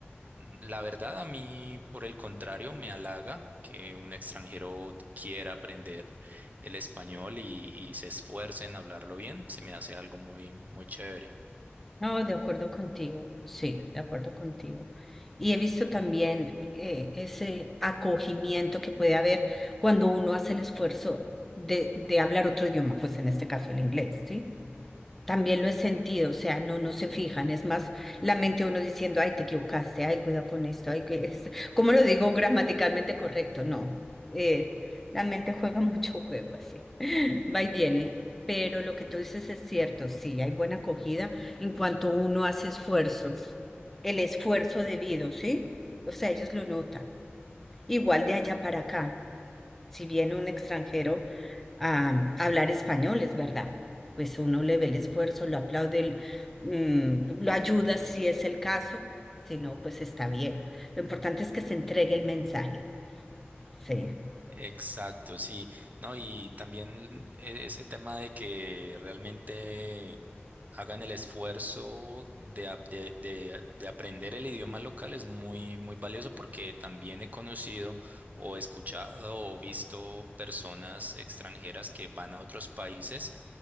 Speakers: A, on the right (about 40°); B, in the centre.
A: la verdad, a mí, por el contrario, me halaga que un extranjero quiera aprender el español y, y se esfuerce en hablarlo bien. Se me hace algo muy, muy chévere.
B: No, de acuerdo contigo, sí, de acuerdo contigo. Y he visto también eh, ese acogimiento que puede haber cuando uno hace el esfuerzo de, de hablar otro idioma, pues en este caso el inglés, ¿sí? También lo he sentido, o sea, no, no se fijan, es más la mente uno diciendo, ay, te equivocaste, ay, cuidado con esto, ay, que es, <laughs> ¿cómo lo digo gramaticalmente correcto? No, eh, la mente juega <laughs> mucho juego así. Va y viene, pero lo que tú dices es cierto, sí, hay buena acogida en cuanto uno hace esfuerzo, el esfuerzo debido, ¿sí? O sea, ellos lo notan. Igual de allá para acá, si viene un extranjero a, a hablar español, es verdad, pues uno le ve el esfuerzo, lo aplaude, l- mm, lo ayuda si es el caso, si no, pues está bien. Lo importante es que se entregue el mensaje, sí.
A: Exacto, sí. No, y también e- ese tema de que realmente hagan el esfuerzo de, a- de, de- de aprender el idioma local es muy, muy valioso porque también he conocido o escuchado o visto personas extranjeras que van a otros países